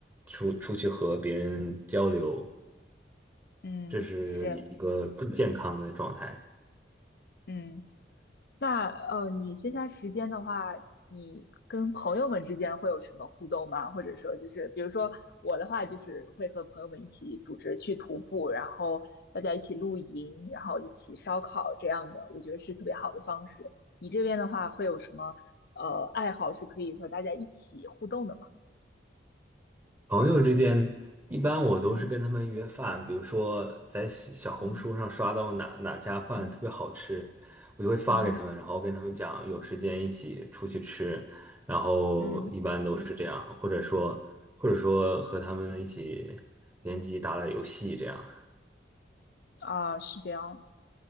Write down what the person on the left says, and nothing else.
嗯，
是，嗯，那呃，你线下时间的话，你跟朋友们之间会有什么互动吗？或者说，就是比如说我的话，就是会和朋友们一起组织去徒步，然后大家一起露营，然后一起烧烤这样的，我觉得是特别好的方式。你这边的话，会有什么呃爱好是可以和大家一起互动的吗？
嗯
嗯嗯
嗯
嗯
啊，是这样。